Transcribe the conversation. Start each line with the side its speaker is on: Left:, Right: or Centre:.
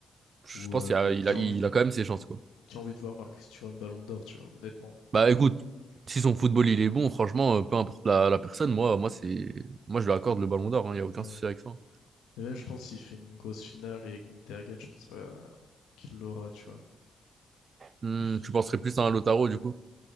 Right: je
Left: Ouais,
Right: pense qu'il
Left: mais
Right: a, il
Left: qui
Right: a,
Left: a
Right: il
Left: envie, de-
Right: a quand même ses chances, quoi.
Left: qui a envie de voir Marcus Thuram Ballon d'Or, tu vois, honnêtement.
Right: Bah écoute, si son football il est bon, franchement, euh, peu importe la, la personne, moi, moi, c'est, moi je lui accorde le ballon d'or, hein, il n'y a aucun
Left: Ouais.
Right: souci avec ça. hein.
Left: Et là, je pense qu'il fait une grosse finale et que l'Inter gagne. Je pense pas qu'il l'aura, tu vois.
Right: Hmm,
Left: Puis,
Right: tu penserais plus à un Lautaro du coup,